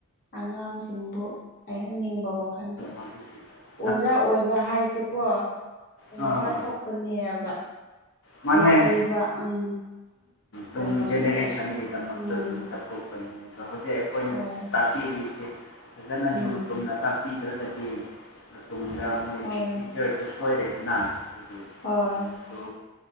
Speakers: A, on the left; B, on the left.
A: ꯑꯉꯥꯡꯁꯤꯡꯕꯨ ꯍꯥꯏꯍꯟꯅꯤꯡꯕ ꯋꯥꯈꯜꯁꯨ
B: ꯊꯥꯟꯕꯤ
A: ꯑꯣꯖꯥ ꯑꯣꯏꯕ ꯍꯥꯏꯁꯦꯀꯣ ꯀꯩꯅꯣ
B: ꯑꯥ
A: ꯀꯠꯊꯣꯛꯄꯅꯦꯕ
B: ꯃꯥꯅꯦ
A: ꯂꯥꯛꯂꯤꯕ ꯎꯝ
B: ꯇꯨꯡ
A: ꯗꯃꯛꯀꯤꯗ
B: ꯖꯦꯅꯦꯔꯦꯁꯟꯒꯤꯗꯃꯛꯇ
A: ꯎꯝ
B: ꯑꯗꯨꯝ ꯀꯠꯊꯣꯛꯄꯅꯦ ꯑꯗꯣ ꯍꯧꯖꯤꯛ ꯑꯩꯈꯣꯏꯅ
A: ꯍꯣꯏ
B: ꯄꯤꯔꯤꯁꯦ ꯐꯖꯅ
A: ꯎꯝ
B: ꯅꯤꯌꯣꯝ ꯆꯨꯝꯅ ꯇꯥꯛꯄꯤꯗ꯭ꯔꯒꯗꯤ ꯇꯨꯡꯗ ꯃꯣꯏꯒꯤ
A: ꯍꯣꯏ
B: ꯐ꯭ꯌꯨꯆꯔꯗ ꯁꯣꯏꯔꯗꯅ ꯍꯥꯏꯒꯤ
A: ꯍꯣꯏ
B: ꯀꯩꯅꯣ ꯇꯣ